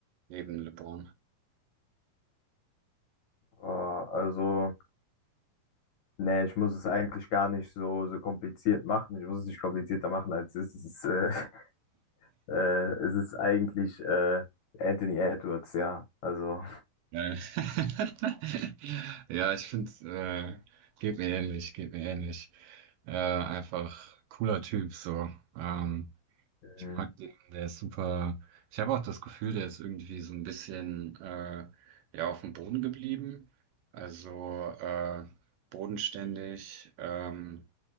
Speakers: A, on the right; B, on the left.
A: neben LeBron?
B: Äh, also, nee, ich muss es eigentlich gar nicht so, so kompliziert machen. Ich muss es nicht komplizierter machen, als es ist. Es ist, äh, <laughs> äh, es ist eigentlich äh, Anthony Edwards, ja. Also,
A: Äh, <laughs> Ja, ich finde, äh, geht mir ähnlich, geht mir ähnlich. Äh, einfach cooler Typ so. Ähm,
B: mhm.
A: Ich mag den, der ist super. Ich habe auch das Gefühl, der ist irgendwie so ein bisschen äh, ja, auf dem Boden geblieben. Also äh, bodenständig ähm,